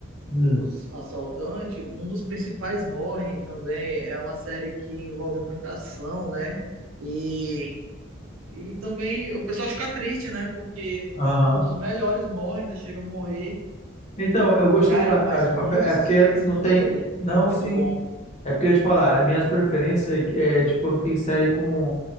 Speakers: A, on the left (about 35°); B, on the right (about 80°).
A: Hum.
B: os assaltantes, um dos principais morre também. É uma série que envolve muita ação, né? E, e também o pessoal fica triste, né? Porque
A: Aham.
B: um dos melhores morre, ainda chega a morrer.
A: Então, eu gostei
B: Cara,
A: de La
B: mas
A: Casa de
B: é
A: Papel.
B: muito
A: É
B: suspense
A: porque não
B: também
A: tem.
B: ali.
A: Não,
B: É muito
A: sim.
B: bom.
A: É porque eu ia te falar, as minhas preferências é, é de quando tem série com,